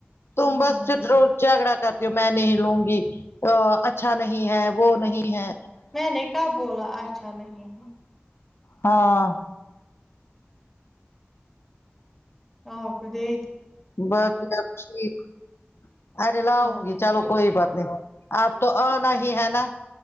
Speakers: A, on the left; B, in the centre.
A: تم
B: ہوں
A: بس جھگڑا کرتی ہو میں نہیں لوں گی اچھا نہیں ہے وہ نہیں ہے
B: میں نے کب بولا اچھا نہیں ہے
A: ہاں
B: آپ دے
A: بقی آپ ٹھیک ارے لاؤ
B: ہاں میں
A: گی چلو
B: ٹھیک
A: کوئی
B: ہوں
A: بات نہیں آپ تو آنا ہی ہے نا